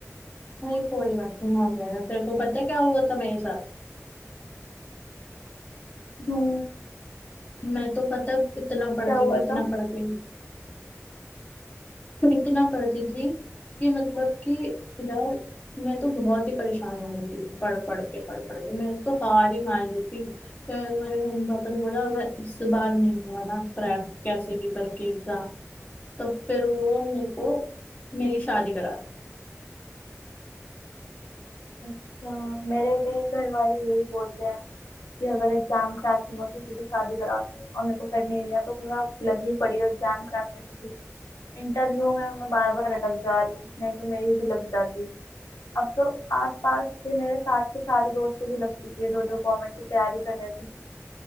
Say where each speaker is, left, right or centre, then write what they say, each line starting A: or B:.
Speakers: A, on the left; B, on the left.
A: नहीं कोई बात नहीं हो जाएगा तेरे को पता है क्या हुआ था मेरे साथ
B: हूँ
A: मैं तो पता है इतना पढ़ती
B: क्या हुआ
A: थी इतना
B: था
A: पढ़ती थी <laughs> इतना पढ़ती थी कि मतलब कि यार मैं तो बहुत ही परेशान हो गई थी पढ़ पढ़ के पढ़ पढ़ के मैं तो हार ही मान ली थी तो मेरे मम्मी पापा ने बोला अगर इस बार नहीं हुआ ना क्रैक कैसे भी करके एग्जाम तो फिर वो मेरे को मेरी शादी करा दी।
B: अच्छा मेरे भी घर वाले यही बोलते हैं कि अगर एग्जाम क्रैक नहीं हो तो सीधे शादी करा देंगे और मेरे को करनी नहीं है तो फिर मैं लगी पड़ी हूँ एग्जाम क्रैक करने के लिए इंटरव्यू में मैं बार बार अटक जा रही हूँ नहीं तो मेरी भी लग जाती अब तो आसपास के मेरे साथ के सारे दोस्तों की लग चुकी है जो जो गवर्नमेंट की तैयारी कर रहे थे